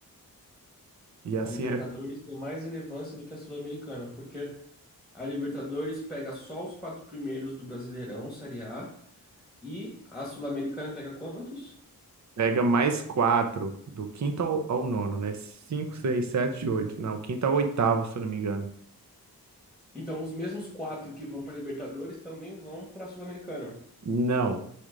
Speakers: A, on the right (about 50°); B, in the centre.
A: E assim
B: A Libertadores
A: é,
B: tem mais relevância do que a Sul-Americana, porque a Libertadores pega só os quatro primeiros do Brasileirão, Série A, e a Sul-Americana pega quantos?
A: pega mais quatro, do quinto ao, ao nono, né? Cinco, seis, sete, oito. Não, quinto ao oitavo, se eu não me engano.
B: Então, os mesmos quatro que vão para a Libertadores também vão para a Sul-Americana.
A: Não.